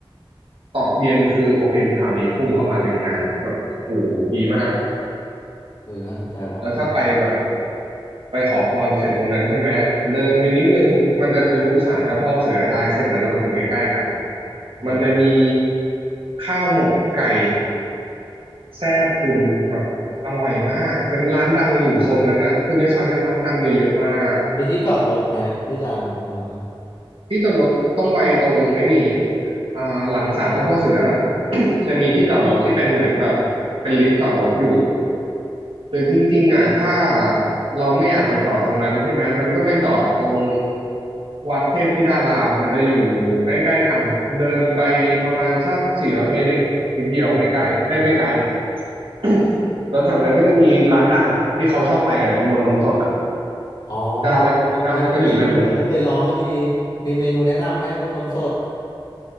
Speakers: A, on the right; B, on the left.
A: ตอกเย็นคือโอเคมีข่าวดีพุ่งเข้ามาหนึ่งงานแบบโหดีมาก
B: เออน่าสนใจว่ะที่นี่
A: แล้วถ้าไปแบบ ไปขอพรเสร็จตรงนั้นใช่ไหมเดินไปนิดนึงมันจะทะลุศาลเจ้าพ่อเสือได้เส้นนั้นนะมันอยู่ใกล้ๆกัน
B: อืม
A: มันจะมีข้าวหมกไก่แซ่พุนแบบอร่อยมากเป็นร้านดังอยู่โซนนั้นอ่ะคือในซอยนั้นร้านดังเยอะๆมาก
B: มีที่จอดรถไหมที่ลานขรงนั้นะ
A: ที่จอดรถต้องไปตรงไอ้นี่อ่าหลังศาลเจ้าพ่อเสือ <coughs> จะมีที่จอดรถที่เป็นเหมือนแบบ
B: อ๋อ
A: เป็นลิฟต์จอดรถอยู่หรือจริงๆอ่ะถ้าเราไม่อยากไปจอดตรงนั้นใช่ไหมมันก็ไปจอดตรงวัดเทพธิดารามมันจะอยู่ใกล้ๆกัน เดินไปประมาณสักสี่ร้อยเมตรเองนิดเดียวไม่ใกล้เอ้ยไม่ไกล
B: อืม
A: <coughs> แล้วแถวนั้นก็จะมีร้านดังที่เขาชอบไปกันนะไอ้มนต์นมสดอ่ะ
B: อ๋อ
A: เจ้าแรกเจ้าแรกก็อยู่นั่นเลย
B: เคยได้ยินแต่ไม่เคยลองก็ทีมีเมนูแนะนำไหมมนนมสด